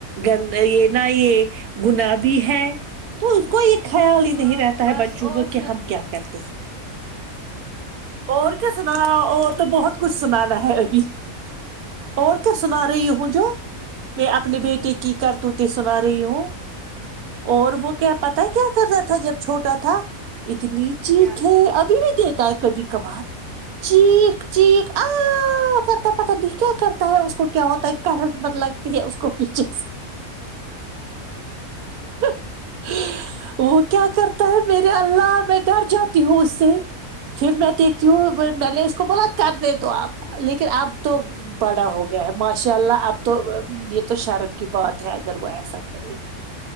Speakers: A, on the right; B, in the centre.
A: گند یہ ن یہ گنا بھیی ہے تو اس کو یہ خیال ہی
B: ہاں
A: نہیں رہتا ہے
B: بس
A: بچوں
B: اور
A: کو کہ
B: سنا
A: ہم کیا کرتے ہیں اور کیا سنانا اور تو بہت کچھ سنانا ہے ابھی اور کیا سنا رہیوں جو میں اپنے بیٹے کی کر ت ت سنا رہی ہوں اور وہ کیا پتا ہے کیا کر رہا تھا جب چھوٹا تھا اتنی چخ
B: کیا
A: ہے ابھی بھی دیتا ہے کبھی کبھار چیک چیک آپ کرتا پتا نہیں کیا کرتا ہے اس کو کیا ہوتا ہے کرنٹ مت لگتی ہے اس کو پیچھے سے ہ <unintelligible> <inaudible> وہ کیا کرتا ہے میرے اللہ میں ڈر جاتی ہوں اس سے پھر میں دیکھتی ہوں میں نے اس کو بولا کر دے دو آپ لیکن اب تو بڑا ہو گیا ہے ماشاء اللہ اب تو یہ تو شرم کی بات ہے اگر وہ ایسا کرے